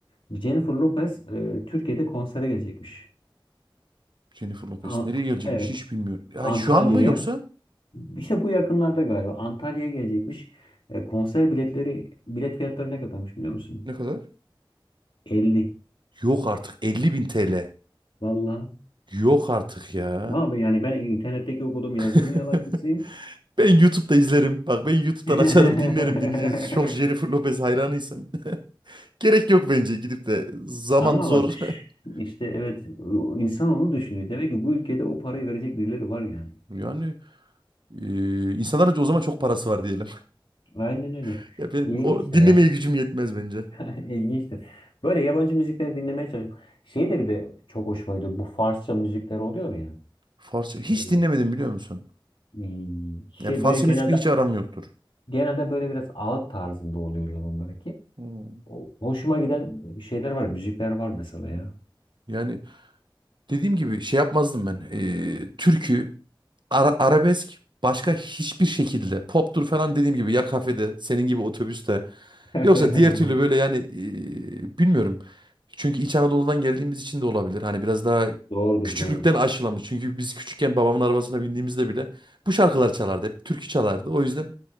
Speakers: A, on the left; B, on the right.
A: Jennifer Lopez e, Türkiye'de konsere gelecekmiş.
B: Jennifer Lopez.
A: A-
B: Nereye gelecekmiş
A: evet
B: hiç bilmiyorum. Ya
A: Antalya'ya.
B: şu an mı yoksa?
A: İşte bu yakınlarda galiba Antalya'ya gelecekmiş. E, konser biletleri bilet fiyatları ne kadarmış biliyor musun?
B: Ne kadar?
A: 50.
B: Yok artık elli bin TL.
A: Vallahi
B: Yok artık ya.
A: Ama abi yani ben internetteki okuduğum yazının
B: <laughs>
A: yalancısıyım.
B: Ben YouTube'da izlerim. Bak ben YouTube'dan
A: Ee,
B: açarım dinlerim dinleyeceğiz. Çok Jennifer
A: <laughs>
B: Lopez hayranıysam. <laughs> Gerek yok bence gidip de. Zaman
A: Ama
B: zor.
A: bak
B: <laughs>
A: işte evet insan onu düşünüyor. Demek ki bu ülkede o parayı verecek birileri var yani.
B: Yani e, insanların o zaman çok parası var diyelim.
A: Aynen öyle.
B: <laughs> Ya benim
A: İlginçtir
B: o dinlemeye
A: ya.
B: gücüm yetmez bence.
A: <laughs> İlginçtir. Böyle yabancı müzikleri dinlemeye çalışıyorum. Şey de bir de çok hoşuma gidiyor. Bu Farsça müzikler oluyor ya.
B: Farsça hiç
A: Böyle,
B: dinlemedim biliyor musun?
A: hmm, şey
B: Yani Farsça
A: böyle genelde
B: müzikle hiç aram yoktur.
A: genelde böyle biraz ağıt tarzında oluyorlar onlar ki.
B: Hmm.
A: O- Hoşuma giden şeyler var, müzikler var mesela ya.
B: Yani dediğim gibi şey yapmazdım ben. Ee, türkü, ara- arabesk başka hiçbir şekilde. Poptur falan dediğim gibi ya kafede, senin gibi otobüste.
A: <laughs>
B: Yoksa diğer türlü böyle yani ee, bilmiyorum. Çünkü İç Anadolu'dan geldiğimiz için de olabilir. Hani biraz daha
A: Doğrudur,
B: küçüklükten
A: doğrudur.
B: aşılamış. Çünkü biz küçükken babamın arabasına bindiğimizde bile bu şarkılar çalardı. Hep türkü çalardı. O yüzden